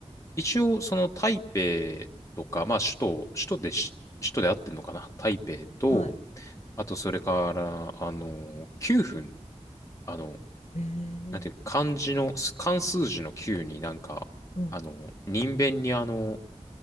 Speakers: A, on the left; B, on the left.
A: 一応、その、台北とか、まあ、首都、首都でし、首都で合ってんのかな台北と、
B: はい。
A: あと、それから、あの、九分、あの、
B: へえ、
A: なんていうか、漢字の、漢数字の9になんか、
B: うん
A: あの、人弁にあの、